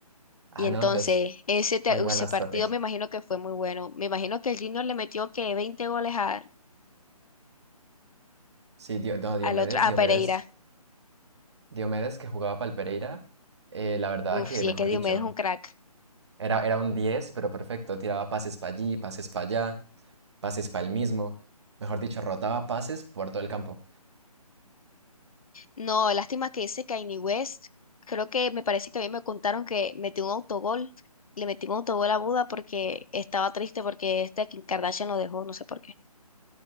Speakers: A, on the right; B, on the left.
A: Ah,
B: Y entonces
A: no, entonces,
B: ese, te-
A: muy buena
B: ese
A: estrategia.
B: partido me imagino que fue muy bueno. Me imagino que el Junior le metió que 20 goles a,
A: Sí, Dio- no, Diomedes,
B: al otro, a
A: Diomedes,
B: Pereira.
A: Diomedes que jugaba para el Pereira, eh, la verdad
B: Uf,
A: que,
B: sí,
A: mejor
B: es que Diomedes
A: dicho,
B: es un crack.
A: era, era un 10, pero perfecto, tiraba pases para allí, pases para allá, pases para el mismo, mejor dicho, rotaba pases por todo el campo.
B: No, lástima que ese Kanye West, creo que me parece que a mí me contaron que metió un autogol, le metió un autogol a Buda porque estaba triste porque este Kim Kardashian lo dejó, no sé por qué.